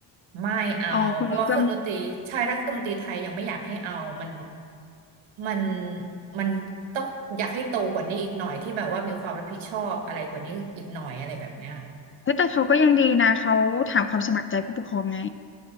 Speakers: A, on the right; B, on the left.
A: ไม่เอาเพราะว่าเครื่องดนตรีใช่ถ้าเครื่องดนตรีไทยยังไม่อยากให้เอามัน
B: อ๋อคุณนุชก็
A: มันมันต้องอยากให้โตกว่านี้อีกหน่อยที่แบบว่ามีความรับผิดชอบอะไรกว่านี้อีกหน่อยอะไรแบบเนี้ย
B: เฮ้ยแต่เขาก็ยังดีนะเขาถามความสมัครใจผู้ปกครองไง